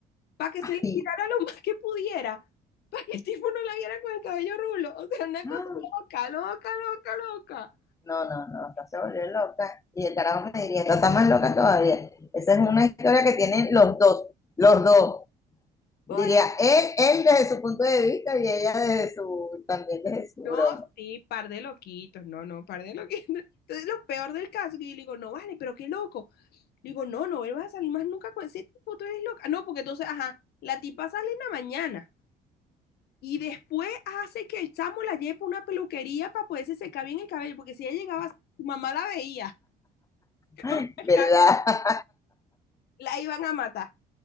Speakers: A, on the left; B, on the left.
A: para que
B: ay.
A: se le tirara lo más que pudiera, para que el tipo no la viera con el cabello rulo. O sea, una
B: Ah,
A: cosa loca, loca, loca, loca.
B: No, no, no, está se volvió loca. Y el carajo me diría, "Esta está más loca todavía. Esa es una historia que tienen los dos, los dos.
A: Pobre
B: Diría, él, él desde su punto de vista y ella desde su, también desde su
A: No,
B: broma.
A: sí, par de loquitos, no, no, par de loquitos. <laughs> Entonces, lo peor del caso, que yo le digo, no, vale, pero qué loco. Le digo, no, no, él va a salir más nunca con ese tipo, tú eres loca. No, porque entonces, ajá, la tipa sale en la mañana y después hace que el chamo la lleve para una peluquería para poderse secar bien el cabello, porque si ella llegaba, su mamá la veía,
B: <laughs>
A: <laughs> el
B: ¿Verdad?
A: cabello, la iban a matar.